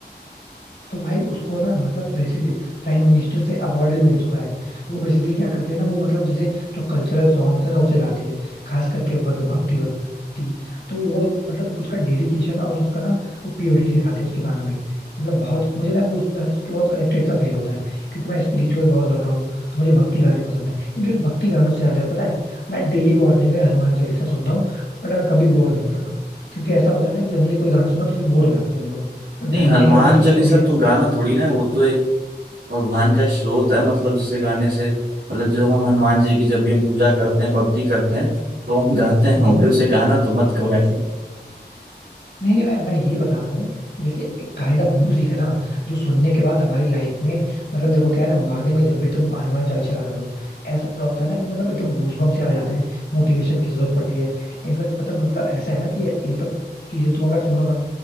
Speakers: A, on the left (about 80°); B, on the right (about 80°).
A: तो भाई उसको ना मतलब प्रेसिडेंट प्राइम मिनिस्टर से अवार्ड भी मिल चुका है वो बेसिकली क्या करती है ना वो मतलब जैसे जो कल्चरल सॉन्ग्स है ना उसे गाती है खास करके मतलब भक्ति भक्ति तो वो मतलब उसका डेडिकेशन और उसका ना वो प्योरिटी दिखाती है उसके गानों में मतलब बहुत मुझे ना वो उसके गाने सुन के बहुत कनेक्टेड सा फील होता है क्योंकि मैं स्पिरिचुअल बहुत ज्यादा हूँ तो मुझे भक्ति गाने पसंद है इनफेक्ट भक्ति गानों से ज्यादा है पता है मैं डेली मॉर्निंग में हनुमान चालीसा सुनता हूँ बट मैं कभी बोर नहीं होता क्योंकि ऐसा होता है ना कि जनरली कोई गाना सुना तो फिर बोर हो जाते हैं हम लोग बट
B: नहीं
A: हनुमान
B: हनुमान
A: चालीसा सुन
B: चालीसा
A: के कभी ऐसा
B: तो गाना थोड़ी ना है वो तो एक भगवान का स्रोत है मतलब जिसे गाने से मतलब जो हम हनुमान जी की जब भी हम पूजा करते हैं भक्ति करते हैं तो हम गाते हैं भाई उसे गाना तो मत कहो
A: नहीं नहीं मैं मैं ये बता रहा हूँ कि जैसे एक काइंड ऑफ म्यूजिक है ना जो सुनने के बाद हमारी लाइफ में मतलब देखो क्या है ना मॉर्निंग में जब भी तुम हनुमान चालीसा लगा लो ऐसा होता है ना कि मतलब एकदम गूजबम्प से आ जाते हैं मोटिवेशन की जरूरत पड़ती है इनफैक्ट पता मतलब ऐसा है ना कि ये ये तब चीजें तुम अगर सुनो ना